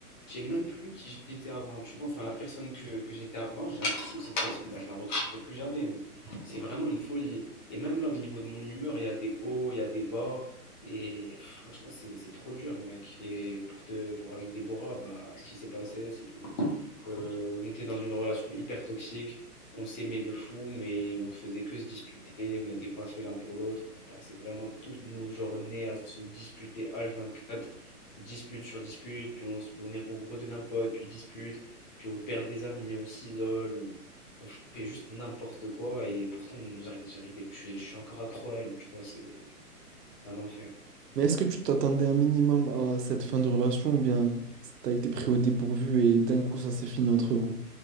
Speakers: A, on the left; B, on the right.
A: je sais même plus qui j'étais avant, tu vois. Enfin, la personne que, que j'étais avant, j'ai l'impression que cette personne, bah, je la retrouverai plus jamais. C'est vraiment une folie. Et même là, au niveau de mon humeur, il y a des hauts, il y a des bas. Et pff, franchement, c'est c'est trop dur, mec. Et pour te, pour avec Déborah, bah, ce qui s'est passé, c'est que euh, on était dans une relation hyper toxique. On s'aimait de fou, mais on faisait que se disputer. On n'était pas fait l'un pour l'autre. On passait vraiment toutes nos journées à se disputer h vingt-quatre, Dispute sur dispute, puis on, se, puis on, est, on redevient pote, puis dispute, puis on perd des amis, on s'isole, on, on fait juste n'importe quoi. Et pourtant, on nous arri- j'arrivais, je suis je suis encore accro à elle, tu vois, c'est c'est un enfer.
B: Mais est-ce que tu t'attendais un minimum à cette fin de relation ou bien t'as été pris au dépourvu et d'un coup ça s'est fini entre vous?